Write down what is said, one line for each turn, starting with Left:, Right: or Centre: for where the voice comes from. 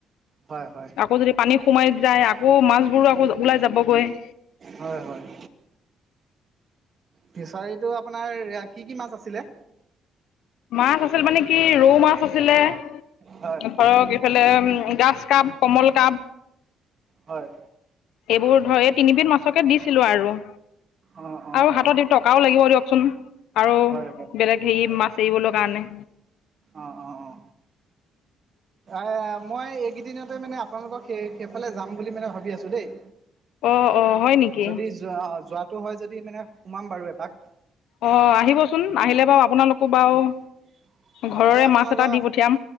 Right: হয়, হয়,
Left: আকৌ যদি পানী সোমাই যায়, আকৌ মাছবোৰো আকৌ ওলাই যাবগৈ।
Right: হয় হয়। ফিচাৰীটো আপোনাৰ কি কি মাছ আছিলে?
Left: মাছ আছিল মানে কি ৰৌ মাছ আছিলে ধৰক
Right: হয়
Left: এইফালে গাজকাপ, কমল কাপ
Right: হয়।
Left: এইবোৰ ধৰ এই তিনিবধ মাছকে দিছিলো আৰু।
Right: অঁ অঁ
Left: আৰু হাতত টকাও লাগিব দিয়কচোন, আৰু
Right: হয় হয়
Left: বেলেগ হেৰি মাছ এৰিবলে কাৰণে।
Right: অ অ অ। এ মই এইগিদিনতে মানে আপোনালোকৰ সে সেইফালে যাম বুলি মানে ভাবি আছো দেই।
Left: অ অ হয় নিকি?
Right: যদি যোৱা যোৱাটো হয় যদি মানে সোমাম বাৰু এপাক।
Left: অঁ আহিবচোন
Right: অ
Left: আহিলে বাৰু আপোনালোকো বাৰু
Right: এই
Left: ঘৰৰে
Right: আপোনালোকৰ
Left: মাছ এটা দি পঠিয়াম